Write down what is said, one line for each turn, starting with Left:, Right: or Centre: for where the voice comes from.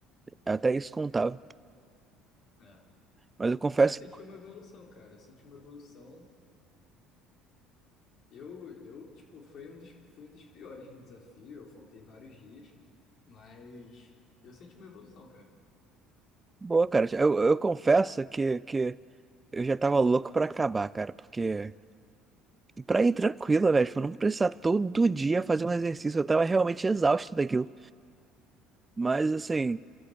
Right: até isso contava.
Left: É.
Right: Mas eu confesso
Left: Eu senti
Right: que,
Left: uma evolução, cara. Eu senti uma evolução Eu, eu, tipo, foi um dos, fui um dos piores no desafio, eu faltei vários dias, mas eu senti uma evolução, cara.
Right: boa, cara. Eu, eu confesso que, que eu já tava louco pra acabar, cara. Porque, pra ir tranquilo, né? Tipo, não precisar todo dia fazer um exercício. Eu tava realmente exausto daquilo. Mas, assim,
Left: É,